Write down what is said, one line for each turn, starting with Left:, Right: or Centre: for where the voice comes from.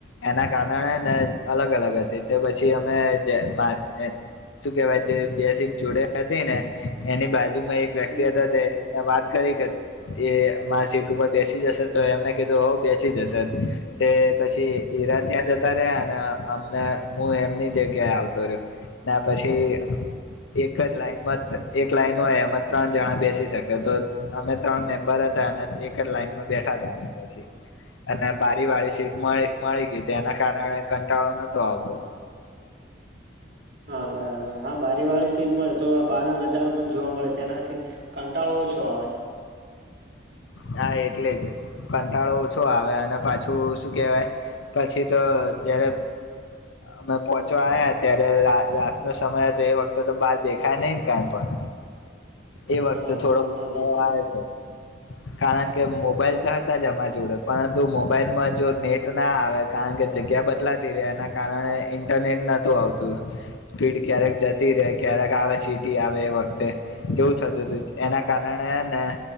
Left: એના કારણે ને અલગ અલગ હતી તો પછી અમે જે મા એ શું કેહેવાય જે બે સીટ જોડે હતી ને એની બાજુમાં એક વ્યક્તિ
Right: હમ
Left: હતા તે વાત કરી કે એ અમાર સીટ ઉપર બેસી જશે તો એમને કીધું હઉ બેસી જશે તે પછી ઈરા ત્યાં જતા રયા ન અ અમને મુ એમની જગ્યાએ આવતો રયો, ને પછી એક જ લાઈનમાં ત એક લાઈન હોય એમાં ત્રણ જણા બેસી શકે, તો અમે ત્રણ મેમ્બર હતા અન એક જ લાઈનમાં બેઠાતા અમે પછી, અને બારી વાળી સીટ મયે મળી ગીતી એના કારણે કંટાળો નતો આવતો.
Right: હા, બરાબર. હા, બારીવાળી સીટ મળે તો બારનો નજારો પણ જોવા મળે તેનાથી કંટાળો ઓછો આવે.
Left: હા, એટલે જ કંટાળો ઓછો આવે, અને પાછું શું કેહવાય પછી તો જયારે અમે પોહચવા આયા ત્યારે રા રાતનો સમય હતો એ વખતે તો બહાર દેખાય નહી કાઈ પણ. એ વખતે
Right: ના હા
Left: થોડોંક
Right: ના દેખાય
Left: અ આવે. કારણ કે મોબાઈલ તો હતા જ અમાર જોડે પરંતુ મોબાઈલમાં જો નેટ ના આવે કારણ કે જગ્યા બદલાતી રે એના કારણે ઇન્ટરનેટ નતું આવતું, સ્પીડ ક્યારેક જતી રે ક્યારેક આવે સિટી આવે એ વખતે એવું થતુંતું એના કારણે હેને